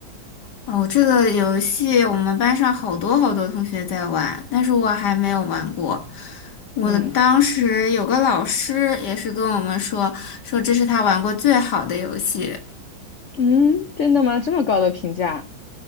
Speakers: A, on the left; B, on the left.
A: 哦，这个游戏我们班上好多好多同学在玩，但是我还没有玩过。我当时有个老师也是跟我们说，
B: 嗯
A: 说这是他玩过最好的游戏。
B: 嗯，真的吗？这么高的评价？